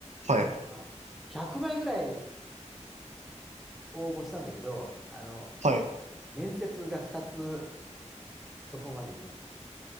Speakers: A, on the right; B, in the centre.
A: はい、
B: なんだっけな、100枚ぐらい応募したんだけど、あの、
A: はい。
B: 面接が2つそこまで行くの。